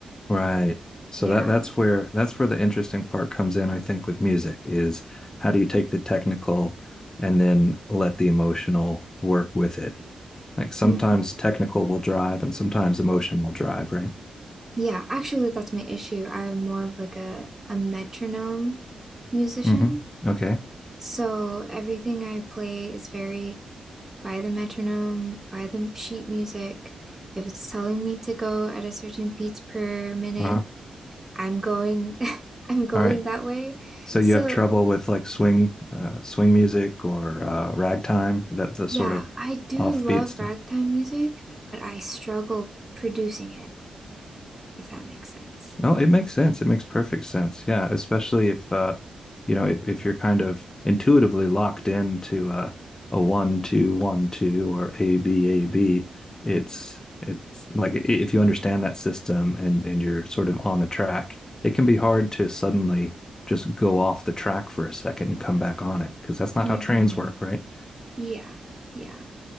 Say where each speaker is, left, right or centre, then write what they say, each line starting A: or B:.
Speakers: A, on the left (about 25°); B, on the right (about 15°).
A: Right. So
B: Yeah.
A: that that's where that's where the interesting part comes in, I think, with music is how do you take the technical and then let the emotional work with it? Like sometimes
B: Mhm.
A: technical will drive and sometimes emotion will drive, right?
B: Yeah, actually, that's my issue. I'm more of like a, a metronome musician.
A: Mm-hmm. Okay.
B: So everything I play is very by the metronome, by the sheet music. If it's telling me to go at a certain beats per minute,
A: Uh-huh.
B: I'm going <laughs> I'm going
A: All right.
B: that way.
A: So
B: So,
A: you have trouble with like swing, uh, swing music or uh, ragtime, that the
B: yeah,
A: sort of
B: I do
A: offbeat
B: love
A: stuff.
B: ragtime music, but I struggle producing it, if that makes sense.
A: No, it makes sense. It makes perfect sense. Yeah, especially if uh, you know, if, if you're kind of intuitively locked into uh, a one, two, one, two, or A, B, A, B, it's it's like i- if you understand that system and and you're sort of on the track, it can be hard to suddenly just go off the track for a second and come back on it because that's not
B: Mhm.
A: how trains work, right?
B: Yeah. Yeah.